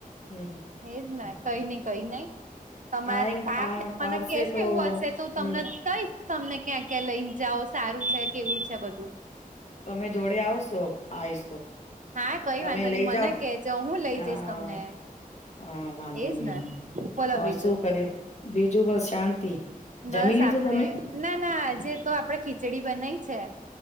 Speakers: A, on the left; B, on the right.
A: હમ
B: એજને, કઈ નઈ, કઈ નઈ. તમારે
A: આઈ
B: <unintelligible>
A: આ
B: મને
A: આવશે
B: કેશે
A: તો
B: એવું હશે તો હું તમને
A: હમ
B: કહીશ. તમને, ક્યાં ક્યા લઈને જાઓ, સારું છે કેવું છે બધું.
A: તમે જોડે આવ- -શો, આઈશ તો,
B: હા કઈ
A: તમે
B: વાંધો
A: લઈ
B: નહી મને
A: જાવ
B: કેજો હું લઈ
A: હ-
B: જઈશ તમને
A: -હા વાંધો
B: એજ
A: નહી,
B: ને
A: વાંધો
B: બોલો
A: ઓર
B: બીજું
A: શું કરે? બીજું બસ શાંતિ.
B: બસ
A: જમી લીધું
B: આપડે,
A: તમે
B: ના ના આજે તો આપડે ખીચડી બનાઈ છે.